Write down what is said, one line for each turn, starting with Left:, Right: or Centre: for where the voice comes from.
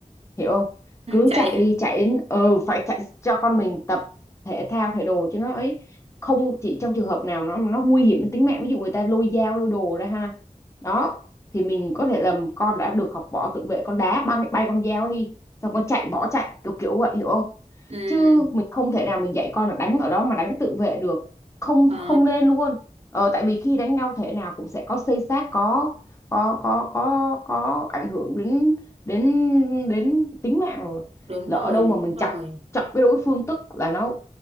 Left: hiểu không cứ
Right: <laughs> chạy
Left: chạy
Right: hả?
Left: đi chạy đến ờ phải chạy cho con mình tập thể thao thể đồ chứ nó ấy không chỉ trong trường hợp nào nó nó nguy hiểm đến tính mạng ví dụ người ta lôi dao lôi đồ ra ha đó thì mình có thể làm con đã được học võ tự vệ con đá bay, bay con dao đi xong con chạy bỏ chạy kiểu kiểu vậy hiểu không
Right: ừ,
Left: chứ mình không thể nào mình dạy con là đánh ở đó mà đánh tự vệ được không
Right: ờ,
Left: không nên luôn ờ, tại vì khi đánh nhau thế nào cũng sẽ có xây xát có có có có có ảnh hưởng đến đến đến tính mạng rồi
Right: đúng
Left: lỡ
Right: rồi
Left: đâu mà mình
Right: đúng rồi
Left: chọc chọc cái đối phương tức là nó